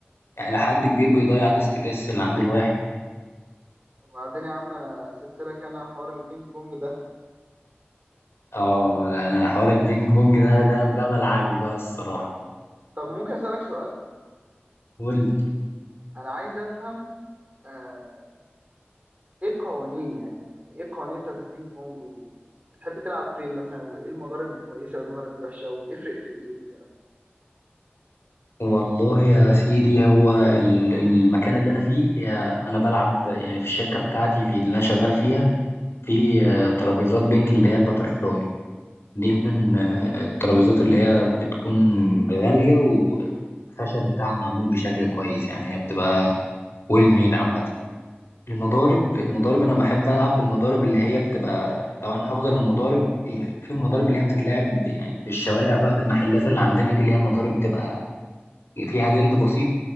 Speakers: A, on the left; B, on the right.
A: يعني إلى حد كبير بيضيع الاسترس اللي عند الواحد
B: وبعدين يا عم انا سبت لك انا حوار البينج بونج ده
A: اه انا حوار البينج بونج ده ده ده ملعبي بقى الصراحة
B: طب ممكن اسالك سؤال
A: قول لي
B: انا عايز افهم آه، ايه القوانين يعني يعني ايه القوانين بتاعت البينج بونج و- وبتحب تلعب فين مثلا وايه المضارب الكويسه والمضارب الوحشه وبيفرق في ايه والكلام ده
A: والله يا سيدي هو ال- المكان اللي انا فيه هي انا بلعب يعني في الشركه بتاعتي في اللي انا شغال فيها في
B: مم.
A: آه، ترابيزات بنج اللي هي الباتر فلاي دي من آه، الترابيزات اللي هي بتكون غاليه والخشب بتاعها معمول بشكل كويس يعني هي بتبقى ويل ميد عامه المضارب المضارب انا بحب العب بالمضارب اللي هي بتبقى طبعا افضل المضارب يعني في المضارب اللي هي بتتلعب يعني في الشوارع بقى في المحلات اللي عندنا دي اللي هي مضارب بتبقى فيها جلد بسيط